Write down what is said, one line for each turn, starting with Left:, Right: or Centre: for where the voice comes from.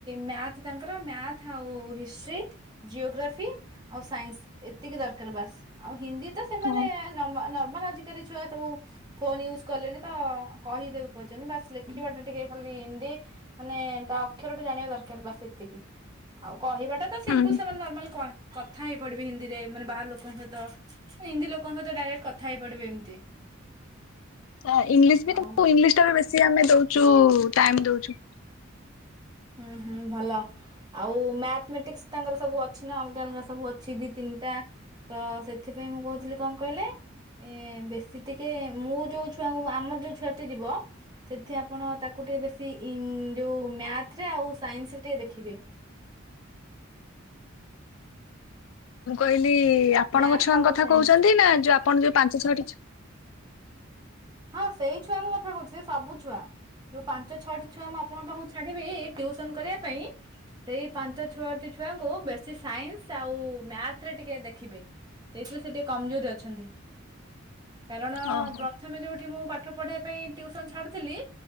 Right: ମ୍ୟାଥ ତାଙ୍କର, ମ୍ୟାଥ ଆଉ ହିଷ୍ଟ୍ରି ଜିଓଗ୍ରାଫି ଆଉ ସାଇନ୍ସ ଏତିକି ଦରକାର ବାସ୍। ଆଉ ହିନ୍ଦୀ ତ ସେମାନେ
Left: ହଁ
Right: ନର୍ମା ନର୍ମାଲ ଆଜିକାଲି ଛୁଆ ସବୁ ଫୋନ ୟୁଜ୍ କଲେଣି ତ କହିଦେବେ। ବାସ୍ ଲେଖିବାଟା ଟିକେ ଖାଲି ହିନ୍ଦୀ ମାନେ ତା ଅକ୍ଷର ଟେ ଜାଣିବା ଦରକାର, ବାସ୍ ଏତିକି। ଆଉ କହିବାଟା ତ ସିମ୍ପଲ
Left: ହୁଁ।
Right: ସେମାନେ ନର୍ମାଲ କଥା ହେଇ ପଡିବେ ହିନ୍ଦୀରେ ମାନେ ବାହାର ଲୋକଙ୍କ ସହିତ। ସେ ହିନ୍ଦୀ ଲୋକଙ୍କ ସହିତ ଡାଇରେକ୍ଟ କଥା ହେଇ ପଡିବେ ଏମିତି।
Left: ତ ଇଂଲିଶ ବି, ତାକୁ
Right: ଆଉ
Left: ଇଂଲିଶ ଟାରେ ବେଶୀ ଆମେ ଦଉଛୁ ଟାଇମ ଦଉଛୁ।
Right: ହୁଁ, ହୁଁ, ଭଲ। ଆଉ ମ୍ୟାଥମେଟିକ୍ସ ତାଙ୍କର ସବୁ ଅଛି ନା ଅଲଗା ଅଲଗା ସବୁ ଅଛି ଦି ତିନିଟା। ତ ସେଥିପାଇଁ ମୁଁ କହୁଥିଲି, କଣ କହିଲେ? ଏ ବେଶୀ ଟିକେ ମୁଁ ଯୋଉ ଛୁଆ ଙ୍କୁ ଆମର ଯୋଉ ଛୁଆଟି ଯିବ ସେଠି ଆପଣ ତାକୁ ଟିକେ ବେଶୀ ଇନ ଯୋଉ ମ୍ୟାଥ ରେ ଆଉ ସାଇନ୍ସ ରେ ଟିକେ ଦେଖିବେ।
Left: ମୁଁ କହିଲି ଆପଣଙ୍କ
Right: ମ୍ୟାଥ
Left: ଛୁଆଙ୍କ
Right: ଆଉ
Left: କଥା
Right: ସାଇନ୍ସ
Left: କହୁଛନ୍ତି ନା, ଯୋଉ ଆପଣ ଯୋଉ ପାଞ୍ଚ ଛଅଟି ଛୁ
Right: ହଁ ସେଇ ଛୁଆଙ୍କ କଥା କହୁଛି ସେ ସବୁ ଛୁଆ। ଯୋଉ ପାଞ୍ଚ ଛଅଟି ଛୁଆ ମୁଁ ଆପଣଙ୍କ ପାଖକୁ ଛାଡିବି ଟିଉସନ କରିବା ପାଇଁ ସେଇ ପାଞ୍ଚ ଛୁଅଟି ଛୁଆଙ୍କୁ ବେଶୀ ସାଇନ୍ସ ଆଉ ମ୍ୟାଥ ରେ ଟିକେ ଦେଖିବେ। ସେଇଥିରେ ସେ ଟିକେ କମଜୋରି ଅଛନ୍ତି କାରଣ
Left: ଓହୋ।
Right: ପ୍ର ପ୍ରଥମେ ଯୋଉଠି ମୁଁ ପାଠ ପଢିବା ପାଇଁ ଟ୍ୟୁସନ ଛାଡୁଥିଲି